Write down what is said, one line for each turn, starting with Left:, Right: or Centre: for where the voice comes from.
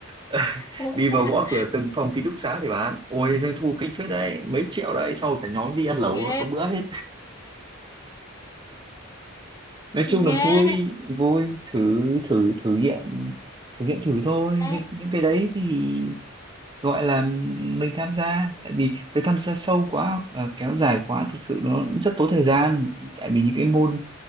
Right: <laughs>
Left: Ủa,
Right: đi vào
Left: à,
Right: gõ cửa từng phòng ký túc xá để bán ôi doanh thu kinh phết đấy mấy triệu đấy sau cả nhóm đi ăn lẩu
Left: ghê
Right: có bữa hết nói
Left: ghê
Right: chung là vui vui thử thử thử nghiệm thử nghiệm thử thôi
Left: Ê,
Right: nhưng những cái đấy thì gọi là mình tham gia tại vì nếu tham gia sâu quá ờ, kéo dài quá thực sự nó rất tốn thời gian tại vì những cái môn